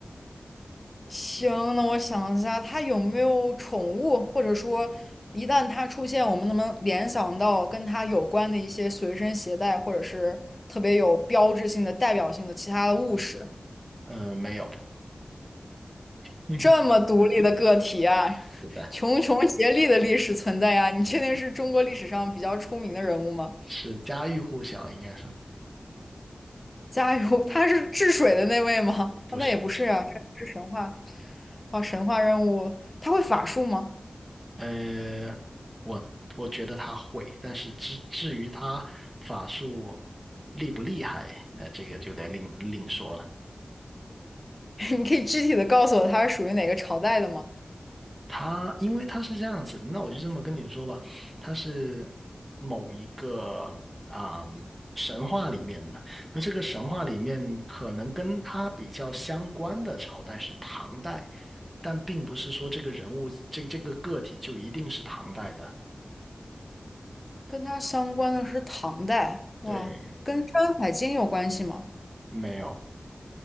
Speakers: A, on the left; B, on the right.
A: 行，那我想一下，他有没有宠物，或者说一旦他出现，我们能不能联想到跟他有关的一些随身携带，或者是特别有标志性的、代表性的其他的物事？
B: 嗯、没有，<laughs>
A: 这么独立的个体啊，
B: 是的，
A: 穷穷竭力的历史存在呀，你确定是中国历史上比较出名的人物吗？
B: 是家喻户晓，
A: <laughs>
B: 应该是
A: 加油，他是治水的那位吗？
B: 不是？
A: 啊，那也不是啊，
B: 不是
A: 他不是神话。哦，神话任务，他会法术吗？
B: 呃，我我觉得他会，但是至至于他法术厉不厉害，那这个就得另另说了。
A: <laughs> 你可以具体的告诉我它是属于哪个朝代的吗？
B: 他因为他是这样子的那我就这么跟你说吧，他是某一个啊、嗯神话里面的。那这个神话里面可能跟他比较相关的朝代是唐代，但并不是说这个人物这这个个体就一定是唐代的。
A: 跟它相关的是唐代，哇，
B: 对，
A: 跟《山海经》有关系吗？
B: 没有，